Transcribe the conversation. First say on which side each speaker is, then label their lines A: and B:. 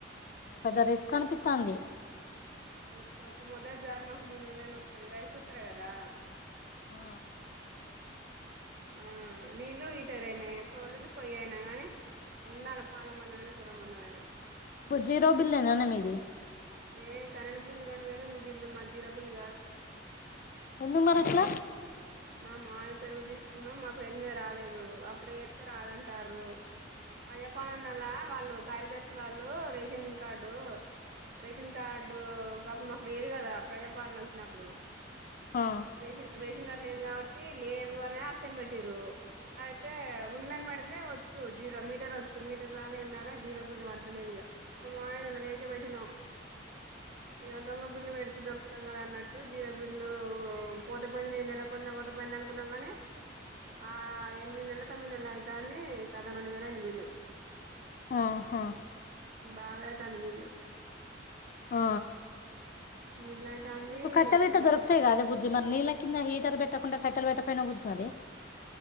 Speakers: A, on the left; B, on the right.
A: పెద్ద రిస్క్ కనిపిస్తుంది
B: ము ఒక మొద జార్ మాకు మూడు నెలయినా వతుది రైస్ కుక్కరే కదా
A: ఆ
B: ఉమ్ నీళ్లు హీటర్ ఎయినే పోలేదు పోయయినా గాని ఉండాలి పాల మందమైనా కూరబందంమైనా
A: ఇప్పుడు జీరో బిల్ ఏనాన్న మీది
B: ఏ కరెంట్ బిల్లు రెండు వేలు ఉంది బిల్లు మాది జీరో బిల్లు కాదు
A: ఎందు మరి అట్ల
B: మా మావయ్య పేరు మీద తీసుకున్నాం మా పేరు మీద రాలేదు అప్లై చేతే రాదంటారు ప్రజాపాలనన్నల్ల వాళ్ళు కార్యదర్శి వాళ్ళు రేషన్ కార్డు రేషన్ కార్డు అప్పుడు మాకు లేదు కదా ప్రజాపాలన వచ్చినప్పుడు
A: ఆ
B: రేష ర లేదు కాబట్టి లేదు అనే ఆప్షన్ పెట్టిరు అయితే ఉందని పెడితే వచ్చు జీరో మీటర్ వచ్చు మీటర్ రాలేంరాలే జీరో బిల్లు పడతలేదు ఇక మా ఆయన న్నను దేక పెటిన ఇగ దొంగ బిల్లు పెడితే దొరుకుతాం కదా అన్నట్టు, జీర బిల్లు పోతపోయింది ఈ నెల. కొంద పోతె పోయింది అనుకున్నాం కానీ, ఆ ఎనిమిది నెలలు, తొమ్మిది నెలలు అయితాంది కద రెండు వేల అయింది బిల్లు.
A: ఆహా
B: బాగా అయితాంది బిల్లు
A: ఆ
B: బిల్లు అయితాంది
A: మీకు కట్టెలు
B: ఎట్లనో
A: లిట్ట దొరకుతాయె గాదె బుజ్జి మరి నీళ్ళ కింద హీటర్ పెట్. పెట్టకుండా కట్టెలు పెట్టపోయిన ఉద్ మరి